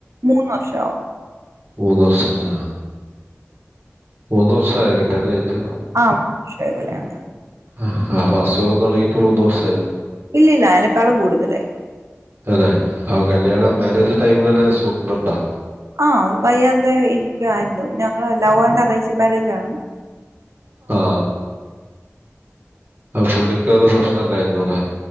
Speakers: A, on the right (about 80°); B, on the right (about 50°).
A: മനശ
B: മൂന്ന് വർഷംച്ച മൂന്ന് വർഷം ആയ കല്യാണം കഴട്ട്
A: ആഹ കല്യാണ
B: ആഹ അൊ അസുഖം തുടങ്ങിട്ട് മൂന്ന് വർഷം
A: ഇല്ലല്ല അയനക്കാളും കൂടുതലായി
B: അനെ ആ കല്യാണ മാരേജ് ടൈമിലല്ല സൂക്കടണ്ടോ
A: ആഹ വയ്യാതെ ഇരിക്കുവായിരുന്നു ഞങ്ങള് ലഹ്വാ അറിയി മേജണ്ഴ
B: ആ ആ പുള്ളിക്ക അത് പ്രശ്നംല്ലായിുന്ന അലെ